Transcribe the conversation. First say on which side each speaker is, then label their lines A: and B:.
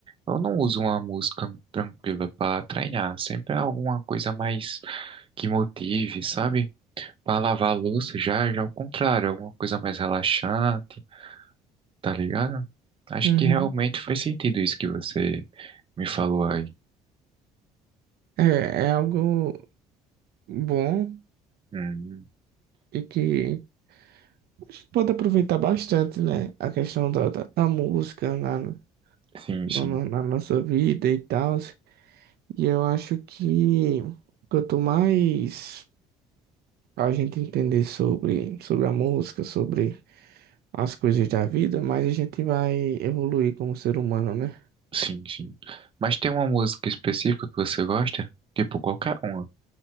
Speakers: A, on the right; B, on the right.
A: eu não uso uma música tranquila pra treinar. Sempre é alguma coisa mais que motive, sabe? Pra lavar a louça já, já ao contrário, alguma coisa mais relaxante, tá ligado? Acho
B: Uhum.
A: que realmente faz sentido isso que você me falou aí.
B: É, é algo bom
A: Hum,
B: e que a gente pode aproveitar bastante, né? A questão da, da, da música lá.
A: sim,
B: no-
A: sim,
B: no- na nossa vida e tal. E eu acho que quanto mais a gente entender sobre, sobre a música, sobre as coisas da vida, mais a gente vai evoluir como ser humano, né?
A: sim, sim. Mas tem uma música específica que você gosta? Tipo, qualquer uma.